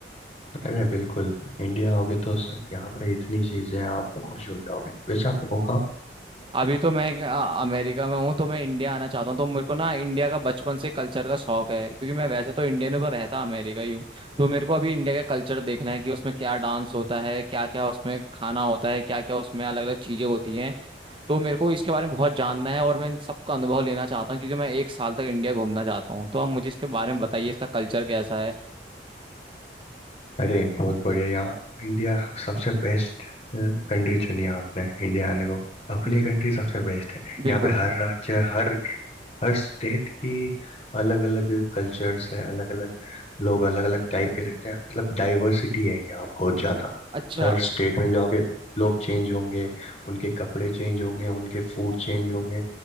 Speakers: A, on the left; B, on the right.
A: अरे बिल्कुल इंडिया आओगे तो स- यहाँ पर इतनी चीजें हैं, आप खुश हो जाओगे वैसे आप हो कहाँ
B: अभी तो मैं अ, अमेरिका में हूँ तो मैं इंडिया आना चाहता हूँ तो मेरे को ना इंडिया का बचपन से कल्चर का शौक है क्योंकि मैं वैसे तो इंडियन हूँ पर रहता अमेरिका ही हूँ तो मेरे को अभी इंडिया का कल्चर देखना है कि उसमें क्या डांस होता है क्या क्या उसमें खाना होता है क्या क्या उसमें अलग अलग चीज़ें होती हैं तो मेरे को इसके बारे में बहुत जानना है और मैं इन सबका अनुभव लेना चाहता हूँ क्योंकि मैं एक साल तक इंडिया घूमना चाहता हूँ तो आप मुझे इसके बारे में बताइए इसका कल्चर कैसा है
A: अरे बहुत बढ़िया यहाँ इंडिया सबसे बेस्ट कंट्री चुनी है आपने इंडिया आने को अपनी
B: बिल-
A: कंट्री सबसे बेस्ट है यहाँ
B: बिल्कुल
A: पे हर राज्य हर हर स्टेट की अलग अलग कल्चर्स है अलग अलग लोग अलग अलग टाइप के रहते हैं मतलब डाइवर्सिटी है यहाँ बहुत ज़्यादा
B: अच्छा
A: हर स्टेट में जाओगे लोग चेंज होंगे उनके कपड़े चेंज होंगे उनके फूड चेंज होंगे